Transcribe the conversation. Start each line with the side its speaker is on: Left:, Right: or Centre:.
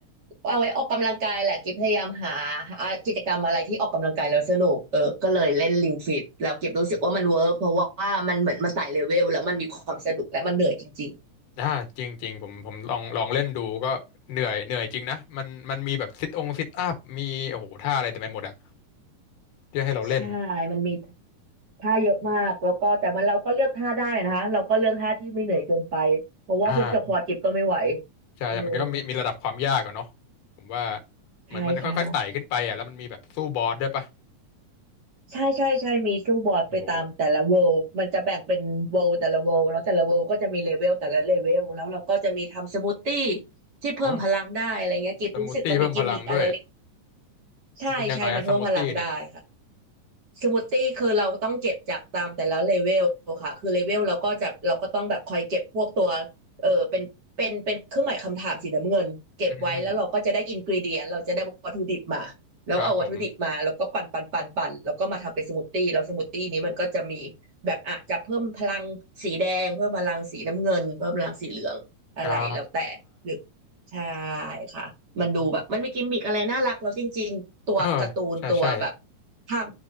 Right: เอาไว้ออกกำลังกายแหละกิฟพยายามหาหากิจกรรมอะไรที่ออกกำลังกายแล้วสนุกเออก็เลยเล่นลิงฟิตแล้วกิฟรู้สึกว่ามันเวิร์กเพราะว่ามันเหมือนมันไต่เลเวลแล้วมันมีความสนุกและมันเหนื่อยจริง
Left: อ่าจริงจริงผมผมลองลองเล่นดูก็เหนื่อยเหนื่อยจริงนะมันมันมีแบบซิทองซิทอัพมีโอ้โหท่าอะไรเต็มไปหมดอะ เรียกให้เราเล่น
Right: ๆใช่มันมี ท่าเยอะมากแล้วก็แต่มันเราก็เลือกท่าได้นะคะเราก็เลือกท่าที่ไม่เหนื่อยเกินไปเพราะว่าพวกสควอทกิบก็ไม่ไหว
Left: อ่าใช่มันก็มีมีระดับความยากอะเนาะ
Right: อืม
Left: ผมว่าเหมือนมันค่อยๆไต่ขึ้นไปอ่ะแล้วมันมีแบบสู้บอสด้วยปะ
Right: ใช่ใช่ใช่ใช่ใช่มีสู้บอร์ดไปตามแต่ละเวลมันจะแบ่งเป็นเวลแต่ละเวลแล้วแต่ละเวลก็จะมีเลเวลแต่ละเลเวลแล้วเราก็จะมีทำสมูทตี้
Left: โอ้โห
Right: ที่เพิ่มพลังได้อะไรเงี้ยกิบรู้สึกมันมีกิมมิกอะไรเล็ก
Left: โอ้สมูทตี้เพิ่มพลังด้วย
Right: ใช่ใช่มันเพิ่มพลังได้ค่ะ
Left: มันเป็นยังไงอะสมูทตี้เนี่ย
Right: สมูทตี้คือเราต้องเก็บจากตามแต่ละเลเวลค่ะคือเลเวลเราก็จะเราก็ต้องแบบคอยเก็บพวกตัวเออเป็นเป็นเป็นเครื่องหมายคำถามสีน้ำเงินเก็บไว้แล้วเราก็จะได้อินกรีเดียนเราจะได้วัตถุดิบมาแล้วเอาวัตถุดิบมาแล้วก็ปั่นปั่นปั่นปั่นแล้วก็มาทำเป็นสมูทตี้แล้วสมูทตี้นี้มันก็จะมี
Left: อืมครับผม
Right: แบบอาจจะเพิ่มพลังสีแดงเพิ่มพลังสีน้ำเงินเพิ่มพลังสีเหลืองอะไรแล้วแต่หรือ
Left: อ่า
Right: ใช่ค่ะมันดูแบบมันมีกิมมิกอะไรน่ารักแล้วจริงๆตัวการ์ตูนตัวแบบ
Left: โอ้เออใช่ใช่
Right: ภาพ